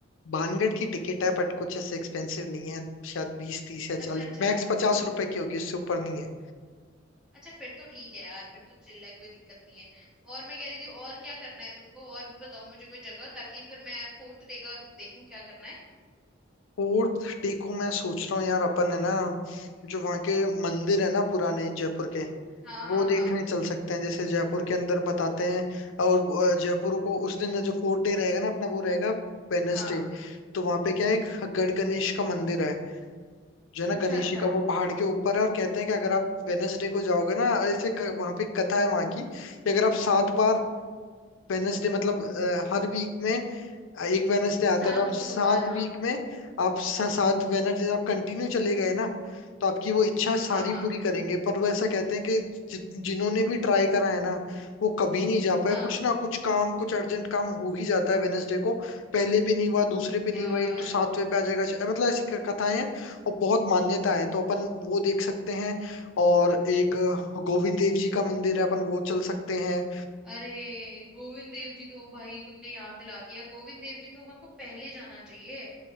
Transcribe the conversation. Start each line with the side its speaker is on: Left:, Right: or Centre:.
Left: भानगढ़ की टिकट है बट कुछ ऐसे एक्सपेंसिव नहीं है शायद बीस तीस या
Centre: अच्छा
Left: चालीस
Centre: अच्छा
Left: मैक्स पचास रुपए की होगी उससे ऊपर नहीं है
Centre: अच्छा फिर तो ठीक है यार फिर तो चिल्ला है कोई दिक्कत नहीं है और मैं कह रही थी और क्या करना है तुमको और भी बताओ मुझे कोई जगह ताकि फिर मैं फोर्थ डे का देखूं क्या करना है
Left: फोर्थ डे को मैं सोच रहा हूँ यार अपन है ना
Centre: हम्म।
Left: जो वहाँ के मंदिर है ना पुराने जयपुर के
Centre: हाँ हाँ
Left: वो देखने
Centre: हाँ
Left: चल सकते हैं जैसे जयपुर के अंदर बताते हैं और जयपुर को उस दिन जो फोर्थ डे रहेगा ना अपना वो रहेगा वेनसडे
Centre: हाँ
Left: तो वहां पे क्या है एक गढ़ गणेश का मंदिर है जो है ना गणेश
Centre: अच्छा अच्छा
Left: जी का वो पहाड़ के ऊपर है और कहते हैं कि अगर आप वेनसडे को जाओगे ना ऐसे क- वहां पे एक कथा है वहां की कि अगर आप सात बार वेनसडे मतलब अ, हर वीक में एक वेनसडे आता
Centre: सात
Left: है तो आप सात
Centre: बुधवार हाँ
Left: वीक में आप सा- सात वेनसडे आप कंटिन्यू चले गए ना तो आपकी वो इच्छा सारी
Centre: हाँ हाँ
Left: पूरी करेंगे पर वो ऐसा कहते हैं कि जि, जिन्होंने भी ट्राई करा है ना वो कभी नहीं जा पाए
Centre: हाँ
Left: कुछ ना कुछ काम कुछ अर्जेंट काम हो ही जाता है वेनसडे को पहले पे नहीं हुआ दूसरे पे
Centre: यार
Left: नहीं हुआ या तो सातवें पे आ जाएगा मतलब ऐसी क- कथाएं हैं और बहुत मान्यता है तो अपन वो देख सकते हैं और एक अ, गोविंद देव जी का मंदिर है अपन वो चल सकते हैं
Centre: अरे गोविंद देव जी तो भाई तुमने याद दिला दिया गोविंद देव जी तो अपन को पहले जाना चाहिए